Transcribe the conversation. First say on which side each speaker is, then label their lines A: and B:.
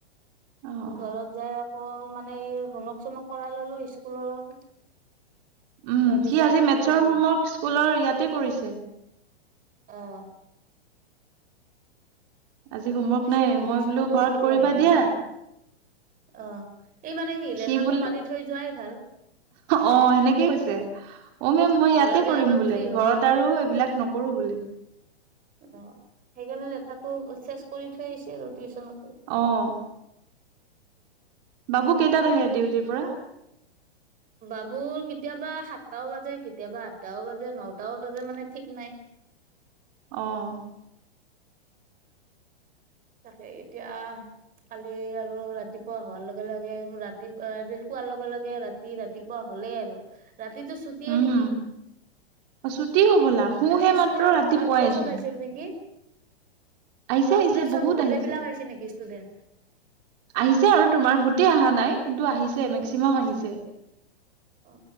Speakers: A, on the right; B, on the right.
A: অ',
B: ঘৰত যাই অ মানে এই হোমৰ্ক-চমক কৰাই ললো স্কুলৰ
A: উম।
B: তাৰপিছত
A: সি আজি মেথছৰ
B: অ',
A: হোমৱৰ্ক স্কুলৰ ইয়াতে কৰিছে।
B: আহ
A: আজি হোমৱৰ্ক
B: কৈছেহি
A: নাই মই
B: টিউচনতে
A: বোলো ঘৰত
B: কৰি
A: কৰিবা
B: আহা বুলি।
A: দিয়া
B: অ এই মানে কি
A: সি
B: লেঠাটো
A: বোলে
B: মাৰি থৈ যোৱাই ভাল।
A: অ সেনেকেই কৈ। অ, মেম মই
B: ঘৰত
A: ইয়াতে
B: যাই
A: কৰিম
B: অলপ
A: বোলে
B: ফ্ৰী হ'ব
A: ঘৰত
B: অ',
A: আৰু এইবিলাক নকৰো বোলে।
B: অ সেইকাৰণে লেঠাটো চেচ কৰি থৈ আহিছে আৰু টিউচনত।
A: আহ। বাবু কেইটাত আহে ডিউটিৰ পৰা।
B: বাবুৰ কেতিয়াবা সাতটাও বাজে, কেতিয়াবা আঠটাও বাজে, নটাও বাজে মানে ঠিক নাই। <inaudible>
A: আহ।
B: তাকে এতিয়া কালি আৰু ৰাতিপুৱা হোৱাৰ লগে লগে ৰাতি এ শোৱাৰ লগে লগে ৰাতি ৰাতিপুৱা হয় হ'লে আৰু ৰাতিটো ছুটিয়ে
A: উম।
B: নেকি।
A: অ ছুটি হবলা শুহে
B: আজি
A: মাত্ৰ
B: স্কুলত
A: ৰাতিপুৱাইচোন
B: আউটড্ৰেছত আহিছে নেকি?
A: আহিছে।
B: আউটড্ৰেছত
A: আহিছে। বহুত
B: গোটেই
A: আহিছে,
B: বিলাক নেকি ষ্টুডেন্ট
A: আহিছে আৰু তোমাৰ গোটেই অহা নাই। কিন্তু আহিছে মেক্সিমাম আহিছে।
B: অ